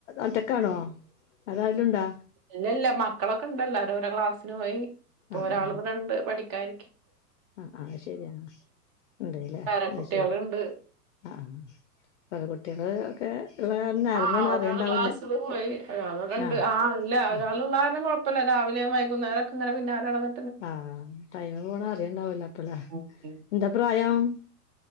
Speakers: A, on the left; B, on the right.
A: ഒറ്റക്കാണോ അതൊ അരെലുണ്ടാ
B: ഇല്ല ഇല്ല മക്കളൊക്കെ ഇണ്ടല്ലോ ഓരോ രോ ക്ലാസ്സിന് പോയി ഇപ്പൊ
A: ആ
B: ഒരാള്
A: ആ
B: ഇവിടെയിണ്ട് പഠിക്കാൻ.
A: ആ ആ ശരി എന്നാ ഉണ്ട്ല്ലേ
B: പേരക്കുട്ടികളുണ്ട്
A: ആ ശരി ആ ആ പല കുട്ടികള് ഒക്കെ ഉള്ള കാരണം നേരം
B: ആ
A: പോണ അറിയണ്ടാവില്ല
B: ക്ലാസില് പോയി ഒരാള് ഇവിടെ ഉണ്ട്
A: ആ
B: അല്ല ഒരാള്
A: ആ
B: <unintelligible> കുഴപ്പില്ല രാവിലെ വൈുന്നേരങ്ക് ഇങ്ങനെ പിന്നാലെ നടന്ന്
A: ആ ടൈമ് പോണെ അറിയണ്ടാവൂല അപ്പള
B: ഉം, ഉം.
A: എന്താ പ്രായം.